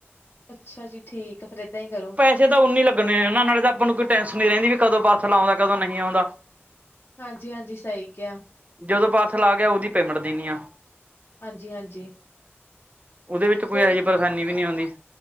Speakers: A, on the left; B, on the right.
A: ਅੱਛਾ ਜੀ ਠੀਕ ਆ ਫੇਰ ਏਦਾਂ ਹੀ ਕਰੁ।
B: ਸੇ ਤਾਂ ਉਨੀ ਲੱਗਣੇ ਨੇ ਇਹਨਾਂ ਨਾਲੇ ਤਾਂ ਆਪਾਂ ਨੂੰ ਕੋਈ ਟੈਂਸ਼ਨ ਨੀ ਰਹਿੰਦੀ ਵੀ ਕਦੋਂ ਪਾਰਸਲ ਆਉੰਦਾ ਕਦੋਂ ਨਹੀਂ ਆਉਂਦਾ।
A: ਹਾਂਜੀ - ਹਾਂਜੀ ਸਹੀ ਕਿਹਾ।
B: ਜਦੋਂ ਪਾਰਸਲ ਆ ਗਿਆ ਉਹਦੀ ਪੇਮੈਂਟ ਦੇਣੀ ਆ।
A: ਹਾਂਜੀ ਹਾਂਜੀ
B: ਉਹਦੇ ਵਿੱਚ ਕੋਈ
A: ਤੇ
B: ਇਹੋ ਜਿਹੀ ਪਰੇਸ਼ਾਨੀ ਵੀ ਨਹੀਂ ਆਉਂਦੀ।